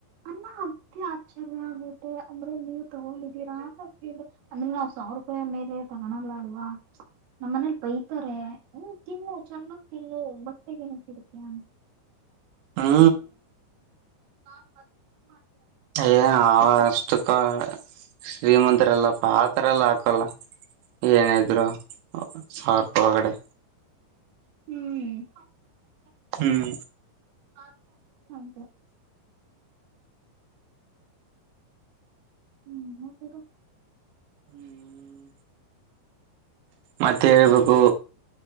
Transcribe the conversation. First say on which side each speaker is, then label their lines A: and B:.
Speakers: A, on the right; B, on the right.
A: ಅನ್ನ ಅತಿ ಆಶ್ಚರ್ಯ ಆಗ್ಬಿಟ್ಟೆ ಅಂದ್ರೆ ನೀವ ತಗೊಂಡಿದ್ದೀರಾ ಅಂತ ಕೇಳ್ರಿ ಅಂದ್ರೆ ನಾವ್ ಸಾವಿರ ರೂಪಾಯಿ ಮೇಲೆ ತಗಳಲ್ಲ ಅಲ್ವಾ ನಮ್ಮ್ ಮನೇಲಿ ಬೈತಾರೆ ಹ ತಿ ನ ಚನ್ನ ನ್ನು ಬಟ್ಟೆಗೇನ ಕಡ್ತೀಯಾ ಅಂತ
B: ಹಾ
A: ಾ ಬ ಮಾಡ
B: ಏ ಆವಷ್ಟುಕ ಶ್ರೀಮಂತರಲ್ಲಪ್ಪ ಪಾತ್ರರ ಎಲ್ಲ ಹಾಕಲ್ಲ ಏನ ಇದ್ರು ಸಾರ್ಪ ಕಡೆ
A: ಹ್ಮ್
B: ಹ್ಮ್
A: ಹ ಂತ ಹ್ಮ್ ಹಡು
B: ಹ್ಮ ಮತ್ತೆ ಹೇಳ್ಬೇಕು